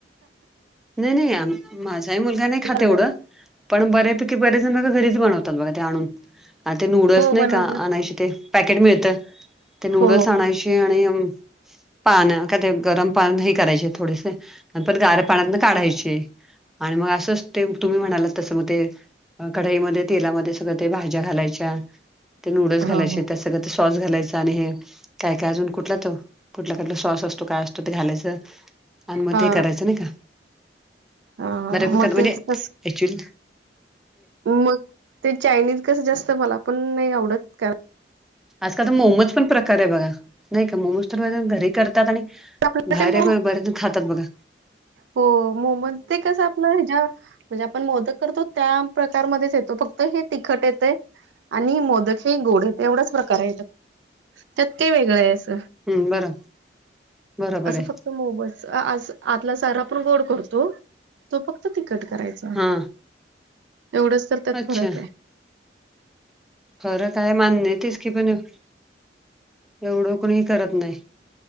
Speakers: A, in the centre; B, on the right.
A: नही नही माझा हीं मुलगा नाही खात
B: पदार्थ
A: एवढं. पण बऱ्यापैकी बरेचजण त घरीच बनवतात बघा ते आणून. आणि ते नूडल्स
B: हो
A: नाई
B: बनवतात
A: का... आणायशे ते... पॅकेट मिळतं... ते नूडल्स
B: हो
A: आणायशे ते आणि... पान.. काय ते... गरम पाण्यात हे करायचे थोडेसे आणि परत गार पाण्यातनं काढायचे... आणि मग असं ते तुम्ही म्हणालात तसं.. मग ते कढाईमध्ये, तेलामध्ये सगळं ते भाज्या घालायच्या ते नूडल्स
B: हा
A: घालायचे...
B: हो
A: त्या सगळं ते सॉस घालायचं आणि हे काय काय अजून कुठला तो... कुठला कुठला सॉस असतो... काय असतो ते घालायचं अन... मं....
B: हा
A: ते करायचं नाई का?
B: हा
A: बऱ्या प्रकारे
B: मग
A: म्हणजे
B: ते कस
A: अऍक्चुअली
B: मग ते चायनीज कसं जास्त... मला पण नाई आवडत कराय
A: आजकाल तर मोमोज पण प्रकार ए बघा... नाही का मोमोज तर गरम घरी करतात आणि
B: आपल्याला
A: बाहेर
B: ते
A: ए.... पण बरेच जण खातात बघा
B: हो... मोमोज ते कसं आपलं... ह्याच्यावर म्हणजे आपण मोदक करतो त्या.... प्रकारमध्येच येतो फक्त हे तिखट येतय आणि मोदक हे गोड ए... एवढाच प्रकार आहे त्यात..... ते वेगळं आहे असं.
A: हम्म बरं. बरोबर
B: असं
A: आहे
B: फक्त सारा आपण गोड करतो... तो फक्त तिखट करायचा
A: हा
B: एवढंच तर त्यात
A: अच्छा
B: फरक ए.
A: फरक आहे मान्य तेच की पण एवढं कोणी करत नाई.